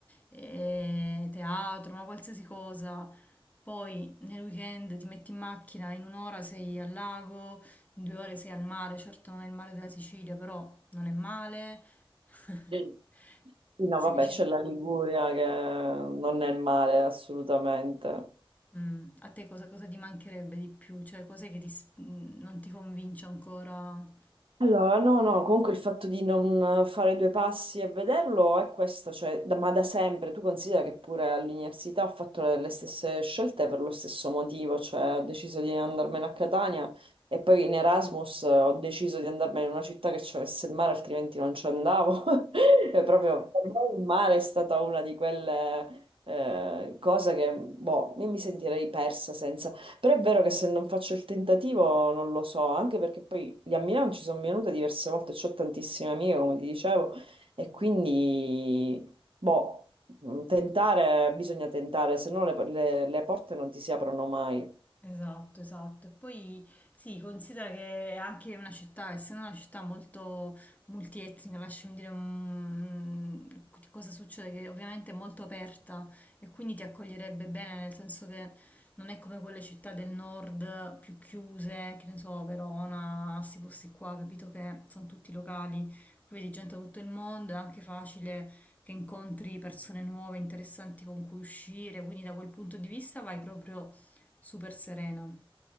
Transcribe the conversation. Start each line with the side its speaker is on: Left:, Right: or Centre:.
Left: eh, teatro, ma qualsiasi cosa. Poi nel weekend ti metti in macchina, in un'ora sei al lago, in due ore sei al mare, certo non è il mare della Sicilia, però non è male. <laughs>
Right: Sì, no,
Left: Sei
Right: vabbè,
Left: vicino.
Right: c'è la Liguria che non è male assolutamente.
Left: Mm. A te cosa, cosa ti mancherebbe di più? Cioè, cos'è che ti s- mm, non ti convince ancora?
Right: Allora, no, no, comunque il fatto di non fare due passi e vederlo è questo, cioè, da- ma da sempre, tu considera che pure all'università ho fatto le, le stesse scelte per lo stesso motivo, cioè ho deciso di andarmene a Catania e poi in Erasmus eh, ho deciso di andarmene in una città che c'avesse il mare, altrimenti non ci andavo. <laughs> E proprio per me il mare è stata una di quelle eh, cose che, boh, io mi sentirei persa senza però è vero che se non faccio il tentativo non lo so, anche perché poi lì a Milano ci sono venuta diverse volte, ho tantissime amiche, come ti dicevo, e quindi, boh, mh, tentare, bisogna tentare, se no le, le- le porte non ti si aprono mai.
Left: Esatto, esatto. E poi sì, considera che è anche una città, essendo una città molto multietnica, lasciami dire mm, di cosa succede, che ovviamente è molto aperta e quindi ti accoglierebbe bene, nel senso che non è come quelle città del nord più chiuse, che ne so, Verona, questi posti qua, capito che sono tutti locali, qui vedi gente da tutto il mondo, è anche facile che incontri persone nuove, interessanti con cui uscire, quindi da quel punto di vista vai proprio super serena. Mm.